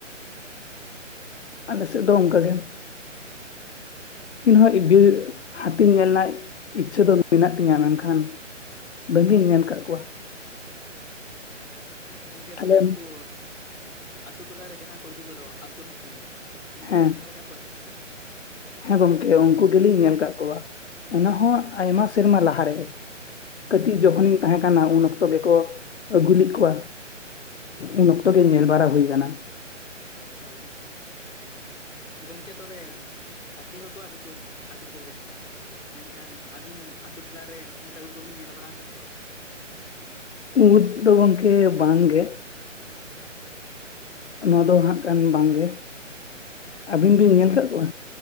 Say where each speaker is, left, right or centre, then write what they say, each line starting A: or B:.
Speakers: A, on the left; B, on the left.
A: ᱟᱞᱮ ᱥᱮᱫ ᱫᱚ ᱚᱱᱠᱟᱜ ᱜᱮ, ᱤᱧᱦᱚᱸ ᱵᱤᱨ ᱦᱟᱹᱛᱤᱧ ᱧᱮᱞᱱᱟᱭ ᱤᱪᱪᱷᱟᱹ ᱫᱚ ᱢᱮᱱᱟᱜ ᱛᱤᱧᱟᱹ ᱢᱮᱱᱠᱷᱟᱱ ᱵᱟᱹᱝᱜᱤᱧ ᱧᱮᱞ ᱠᱟᱫ ᱠᱚᱣᱟ᱾
B: ᱜᱚᱢᱠᱮ
A: ᱛᱟᱦᱚᱞᱮ
B: ᱛᱚᱵᱮ ᱱᱩᱠᱩ ᱟᱛᱩ ᱴᱚᱞᱟᱨᱮ ᱡᱟᱦᱟᱭ ᱠᱚ ᱤᱫᱤ ᱠᱩᱫᱚᱜ ᱟᱹᱥᱩᱞ ᱦᱟᱹᱛᱤ ᱩᱱᱠᱩ
A: ᱦᱮᱸ
B: ᱫᱚᱵᱤᱱ ᱧᱮᱞ ᱟᱠᱟᱫ ᱠᱚᱣᱟ ᱥᱮ ᱵᱟᱝ?
A: ᱦᱮᱸ ᱜᱚᱝᱠᱮ ᱩᱱᱠᱩ ᱜᱮᱞᱤᱧ ᱧᱮᱞ ᱠᱟᱫ ᱠᱚᱣᱟ ᱚᱱᱟ ᱦᱚᱸ ᱟᱭᱢᱟ ᱥᱮᱨᱢᱟ ᱞᱟᱦᱟᱨᱮ ᱠᱟᱹᱴᱤᱡ ᱡᱚᱠᱷᱚᱱᱤᱧ ᱛᱟᱦᱮᱸ ᱠᱟᱱᱟ ᱩᱱ ᱚᱠᱛᱚ ᱜᱮᱠᱚ ᱟᱹᱜᱩ ᱞᱤᱫ ᱠᱚᱣᱟ ᱩᱱ ᱚᱠᱛᱚ ᱜᱮ ᱧᱮᱞ ᱵᱟᱲᱟ ᱦᱩᱭ ᱠᱟᱱᱟ᱾
B: ᱟᱪᱪᱷᱟ ᱜᱚᱝᱠᱮ ᱜᱚᱝᱠᱮ ᱛᱚᱵᱮ ᱦᱟᱛᱤ ᱢᱟᱠᱚ ᱟᱹᱜᱩ ᱠᱚᱜᱮ ᱛᱟᱦᱮᱸᱫ ᱢᱮᱱᱠᱷᱟᱱ ᱟᱹᱵᱤᱱ ᱟᱛᱳ ᱴᱚᱞᱟᱨᱮ ᱩᱴ ᱟᱹᱜᱩ ᱠᱚᱵᱤᱱ ᱧᱮᱞ ᱵᱟᱲᱟ ᱠᱟᱫ ᱠᱚᱣᱟ?
A: ᱩᱴ ᱫᱚ ᱜᱚᱝᱠᱮ ᱵᱟᱝ ᱜᱮ ᱱᱚᱣᱟ ᱫᱚ ᱦᱟᱸᱜ ᱠᱟᱱ ᱵᱟᱝ ᱜᱮ ᱟᱹᱵᱤᱱ ᱵᱤᱱ ᱧᱮᱞ ᱠᱟᱫ ᱠᱚᱣᱟ